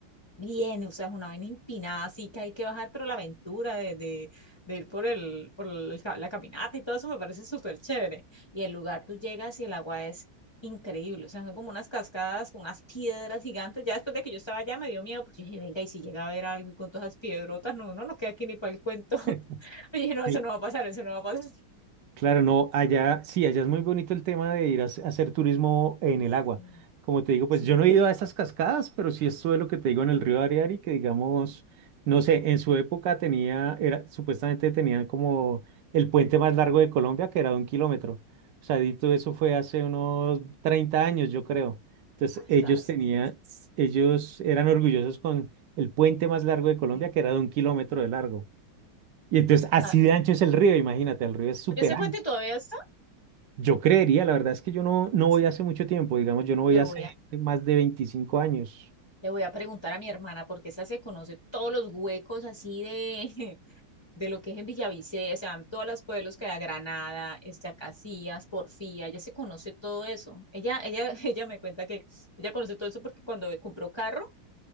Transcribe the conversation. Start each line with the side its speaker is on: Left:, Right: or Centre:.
Left: bien, o sea, es una vaina empinada, así que hay que bajar, pero la aventura de, de, de ir por el, por el ca- la caminata y todo eso me parece súper chévere. Y el lugar tú llegas y el agua es increíble, o sea, son como unas cascadas, como unas piedras gigantes. Ya después de que yo estaba allá me dio miedo, porque dije, venga, y si llega a ver algo y con todas esas piedrotas, no, no nos queda aquí ni para el cuento.
Right: <laughs>
Left: <laughs> Y dije, no,
Right: Sí,
Left: eso no va a pasar, eso no va a pasar.
Right: Claro, no, allá, sí, allá es muy bonito el tema de ir a, hac- hacer turismo en
Left: Sí,
Right: el agua. Como te digo, pues
Left: sí.
Right: yo no he ido a esas cascadas, pero sí estuve lo que te digo en el río Ariari, que digamos, no sé, en su época tenía, era, supuestamente tenían como el puente más largo de Colombia, que era de un kilómetro. O sea, dito eso fue hace unos 30 años, yo creo. Entonces,
Left: Ah,
Right: ellos
Left: estás.
Right: tenían,
Left: ¿no?
Right: ellos eran orgullosos con el puente más largo de Colombia,
Left: Mm.
Right: que era de un kilómetro de largo. Y entonces, así
Left: Ah,
Right: de ancho es el río, imagínate, el río es súper
Left: pero ese
Right: ancho.
Left: puente todavía está.
Right: Yo creería, la verdad es que yo no, no
Left: Listo.
Right: voy hace mucho tiempo, digamos, yo no voy
Left: Le
Right: hace
Left: voy a,
Right: más de veinticinco años.
Left: le voy a preguntar a mi hermana, porque esa se conoce todos los huecos así de, <laughs> de lo que es en Villavicencio, o sea, todos los pueblos que hay, Granada, este, Acacías, Porfía, ella se conoce todo eso. Ella, ella, <laughs> ella me cuenta que ella conoce todo eso porque cuando compró carro,